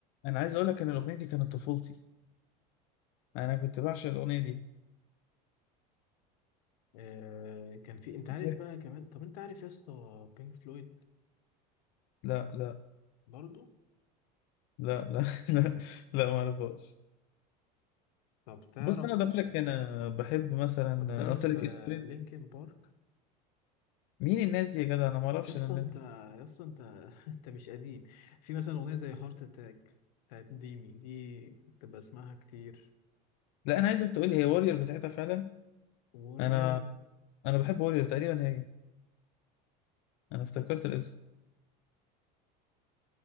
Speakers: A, on the left (about 60°); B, on the left (about 80°).
A: انا عايز اقول لك ان الاغنيه دي كانت طفولتي انا كنت بعشق الاغنيه دي
B: آه كان في انت عارف
A: إيه؟
B: بقى كمان طب انت عارف يا اسطى بينك فلويد
A: لا لا
B: برضو
A: لا لا <laughs> لا لا ما اعرفهاش
B: طب تعرف
A: بص انا ضميرك انا بحب مثلا انا
B: طب تعرف
A: قلت لك
B: آه
A: إيه
B: لينكن بارك
A: مين الناس دي يا جدع انا ما اعرفش
B: يا اسطى
A: انا الناس
B: انت
A: دي
B: يا اسطى انت <laughs> انت مش قديم في مثلا اغنيه زي هارت اتاك بتاعت ديمي دي كنت بسمعها كتير
A: لا انا عايزك تقول لي هي واريور بتاعتها فعلا
B: وورير
A: انا انا بحب واريور تقريبا هي انا افتكرت الاسم